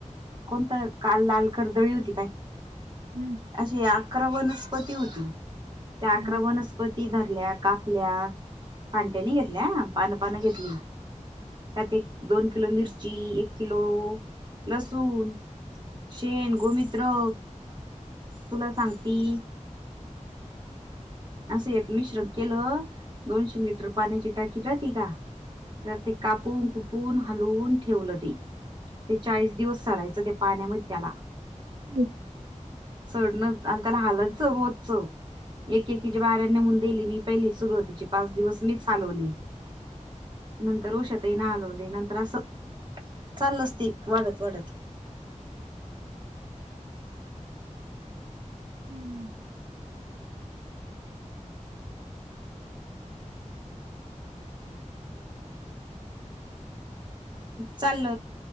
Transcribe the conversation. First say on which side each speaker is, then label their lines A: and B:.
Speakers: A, on the right; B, on the right.
A: कोणतं काल लाल कर्दळी होती काय
B: हं.
A: अशी अकरा वनस्पती होती. त्या आक्र
B: हं.
A: वनस्पती ती धरल्या कापल्या पांट्यानी घेतल्या पानं पानं घेतली <unintelligible> दोन किलो मिरची एक किलो लसूण शेण गोमित्र तुला सांग ती असं एक मिश्रम केलं दोनशे लिटर पाण्याची टाकी राह त का त्या ते कापून कुपून हालून ठेवलं ते ते चाळीस दिवस सरायचं ते पाण्यामध्ये त्याला
B: हम्
A: चडण आणि त्याला हालायचं रोजच एक एके ज बाहेऱ नेऊन देली मी पहिली सुरुवातीची पाच दिवस मीच हलवले नंतर उषाताई न हलवले नंतर असं चाललच ते वाढत वाढत
B: हम्म
A: चालल